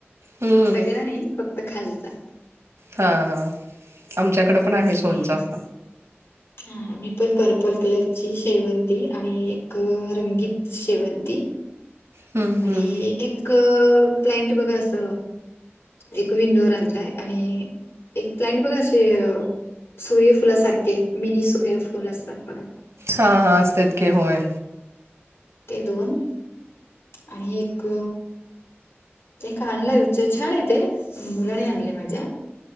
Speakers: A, on the right; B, on the left.
A: हम्म
B: सगळ नाही फक्त खालचा
A: हा हा आमच्याकडे पण आहे
B: आणि
A: सोनचाफा.
B: हा मी पण पर्पल कलरची शेवंती आणि एक रंगीत शेवंती
A: हम्म
B: आणि
A: हम्म.
B: एक प्लांट बघा अस एक विंडोवर आणधलाय आणि एक क्लायंट बघा असे सूर्यफुलासारखे मिनी सूर्यफुल असतात बघ
A: हा हा तितके होय
B: ते दोन आणि एक ते का आणलंय छान आहेेत मुलाने आणलंय माझ्या